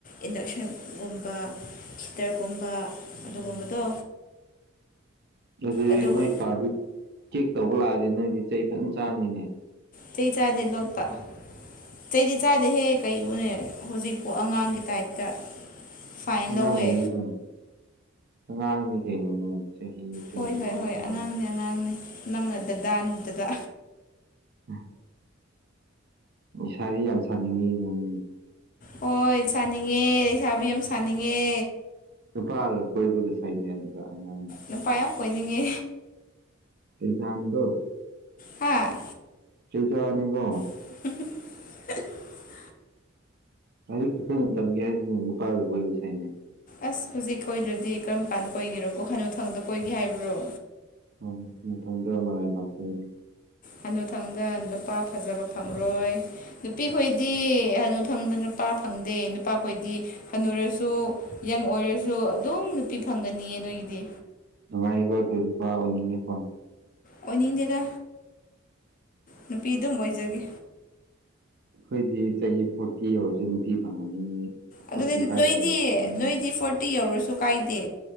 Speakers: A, on the left; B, on the right.
A: ꯏꯟꯗꯛꯁꯟꯒꯨꯝꯕ ꯍꯤꯇ꯭ꯔꯒꯨꯝꯕ
B: ꯎꯝ
A: ꯑꯗꯨꯒꯨꯝꯕꯗꯣ
B: ꯑꯗꯨꯗꯤ
A: ꯑꯗꯨꯒ
B: ꯅꯣꯏ ꯄꯥꯗꯤꯛ ꯆꯦꯛ ꯇꯧꯕ ꯂꯥꯛꯑꯗꯤ ꯅꯣꯏꯗꯤ ꯆꯩ ꯐꯖꯅ ꯆꯥꯅꯤꯅꯦ
A: ꯆꯩ ꯆꯥꯗꯦ ꯂꯣꯠꯄ ꯆꯩꯗꯤ ꯆꯥꯗꯦꯍꯦ ꯀꯩꯕꯨꯅꯦ ꯍꯧꯖꯤꯛꯄꯨ ꯑꯉꯥꯡꯒꯤ ꯇꯥꯏꯞꯇ ꯐꯥꯏꯟ
B: ꯑꯉꯥꯡ
A: ꯂꯧꯋꯦ
B: ꯑꯣꯏꯔꯤꯗ ꯑꯉꯥꯡꯅꯤ ꯀꯩꯅꯣꯅꯦ ꯆꯍꯤ ꯇ꯭ꯋꯦꯟꯇꯤ
A: ꯍꯣꯏ ꯍꯣꯏ
B: ꯋꯥꯟꯒ
A: ꯍꯣꯏ
B: ꯄꯤꯟꯍꯥꯏ
A: ꯑꯉꯥꯡꯅꯦ ꯑꯉꯥꯡꯅꯦ ꯅꯪꯅ ꯗꯗꯥꯅꯤ ꯗꯗꯥ
B: ꯎꯝ ꯅꯤꯁꯥꯕꯤ ꯌꯥꯝ ꯁꯥꯅꯤꯡꯉꯤ ꯃꯌꯣꯡꯅꯤꯅꯦ
A: ꯍꯣꯏ ꯁꯥꯅꯤꯡꯉꯦ ꯂꯩꯁꯥꯕꯤ ꯌꯥꯝ ꯁꯥꯅꯤꯡꯉꯦ
B: ꯅꯨꯄꯥꯒ ꯀꯣꯏꯕꯒ ꯁꯥꯏꯅꯦ ꯑꯗꯨꯒ ꯑꯉꯥꯡꯅ
A: ꯅꯨꯄꯥ ꯌꯥꯝ ꯀꯣꯏꯅꯤꯡꯉꯦ
B: ꯆꯩꯆꯥꯟꯗꯣ
A: ꯍꯥꯥ
B: ꯆꯩ ꯆꯥꯅꯤꯀꯣ
A: <unintelligible>
B: ꯂꯥꯏꯔꯤꯛ ꯐꯖꯅ ꯇꯝꯒꯦ ꯍꯥꯏꯗꯅ ꯅꯨꯄꯥꯒ ꯀꯣꯏꯕ ꯁꯥꯏꯅꯦ
A: ꯑꯁ ꯍꯧꯖꯤꯛ ꯀꯣꯏꯗ꯭ꯔꯗꯤ ꯀꯔꯝ ꯀꯥꯟꯗ ꯀꯣꯏꯒꯦꯔꯣꯀꯣ ꯍꯅꯨꯊꯪꯗ ꯀꯣꯏꯒꯦ ꯍꯥꯏꯕ꯭ꯔꯣ
B: ꯍ ꯃꯊꯪꯗꯃꯉꯥꯏ ꯂꯥꯛꯆꯒꯅꯤ
A: ꯍꯅꯨꯊꯪꯗ ꯅꯨꯄꯥ ꯐꯖꯕ ꯐꯪꯂꯔꯣꯏ ꯅꯨꯄꯤꯈꯣꯏꯗꯤ ꯑꯗꯨꯊꯪꯕ ꯅꯨꯄꯥ ꯐꯪꯗꯦ ꯅꯨꯄꯥꯈꯣꯏꯗꯤ ꯀꯩꯅꯣꯨꯔꯁꯨ ꯌꯪ ꯑꯣꯏꯔꯁꯨ ꯑꯗꯨꯝ ꯅꯨꯄꯤ ꯐꯪꯒꯅꯤꯌꯦ ꯅꯣꯏꯒꯤꯗꯤ
B: ꯅꯨꯡꯉꯥꯏꯌꯦꯀꯣ ꯑꯗꯣ ꯅꯨꯄꯥ ꯑꯣꯏꯅꯤꯡꯉꯤꯀꯣ
A: ꯑꯣꯏꯅꯤꯡꯗꯦꯗ ꯅꯨꯄꯤ ꯑꯗꯨꯝ ꯑꯣꯏꯖꯒꯦ
B: ꯑꯩꯈꯣꯏꯗꯤ ꯆꯍꯤ ꯐꯣꯔꯇꯤ ꯌꯧꯔꯁꯨ ꯅꯨꯄꯤꯤ ꯐꯪꯉꯅꯤ ꯐꯣꯔꯇꯤ
A: ꯑꯗꯨꯗꯤ
B: ꯐꯥꯏꯚ
A: ꯅꯣꯏꯗꯤ
B: ꯌꯧꯔꯁꯨ
A: ꯅꯣꯏꯗꯤ ꯐꯣꯔꯇꯤ ꯌꯧꯔꯁꯨ ꯀꯥꯏꯗꯦ